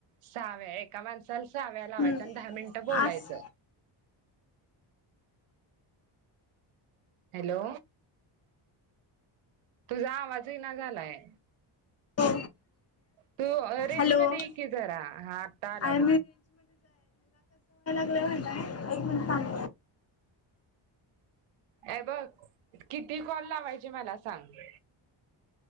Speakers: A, on the right; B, on the left.
A: सहा वेळा एका माणसाला सहा वेळा लावायच
B: हम्म
A: आणि दहा मिनटं बोलायचं.
B: आस
A: हॅलो तुझा आवाज येईना झालाय.
B: हो
A: तू रेंज
B: हॅलो
A: मध्ये एके जरा हा आता आला
B: आणि
A: बघ.
B: म्हणत एक मिनट थांब.
A: ए बघ किती कॉल लावायचे मला सांग